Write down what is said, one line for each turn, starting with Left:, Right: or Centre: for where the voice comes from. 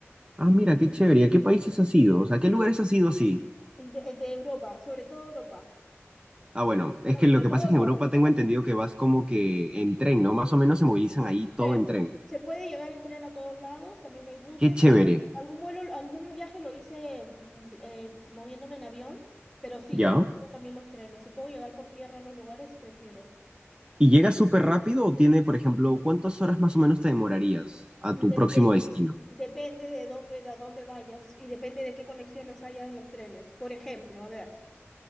Right: Ah, mira, qué chévere. ¿A qué países has ido? O sea, ¿qué lugares has ido así?
Centre: De, de Europa, sobre todo Europa.
Right: Ah, bueno, es
Centre: No,
Right: que
Centre: sobre
Right: lo que
Centre: todo
Right: pasa es que
Centre: no.
Right: en Europa tengo entendido que vas como que en tren, ¿no? Más o menos se movilizan ahí todo
Centre: eh,
Right: en tren.
Centre: se puede llegar en tren a todos lados, también hay buses,
Right: Qué chévere.
Centre: también algún vuelo, algún viaje lo hice mm, eh, moviéndome en avión, pero sí,
Right: ¿Ya?
Centre: yo prefiero también los trenes. Si puedo llegar por tierra a los lugares, prefiero.
Right: ¿Y llegas súper rápido o tiene, por ejemplo, cuántas horas más o menos te demorarías a
Centre: Dep-
Right: tu próximo
Centre: de-
Right: destino?
Centre: depende de dónde, de a dónde vayas y depende de qué conexiones haya en los trenes. Por ejemplo, a ver.